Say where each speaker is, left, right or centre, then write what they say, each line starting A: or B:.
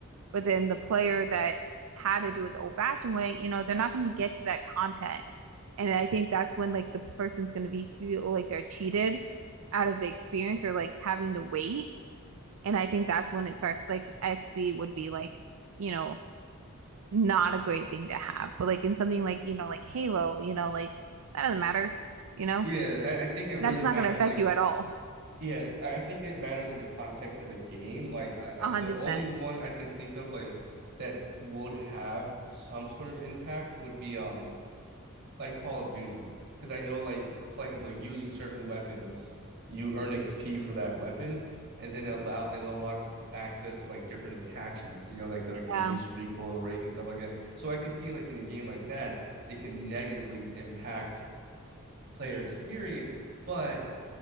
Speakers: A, on the right; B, on the right.
A: But then the player that had to do it the old-fashioned way, you know, they're not gonna get to that content. And I think that's when like the person's gonna be feel like they're cheated out of the experience or like having to wait. And I think that's when it starts like Xb would be like, you know, not a great thing to have. But like in something like, you know, like Halo, you know, like that doesn't matter, you know?
B: Yeah, I, I think it really
A: That's not
B: matters.
A: going to affect
B: Like,
A: you at all.
B: yeah, I I think it matters in the context of the game. Like, I like
A: 100%.
B: the only one I can think of like that would have some sort of impact would be um like Call of Duty, because I know like playing like using certain weapons, you earn XP for that weapon, and then it allow it unlocks access to like different attachments. You know, like the
A: Yeah.
B: like reduced recoil rate and stuff like that. So I can see like in a game like that, it can negatively impact player experience, but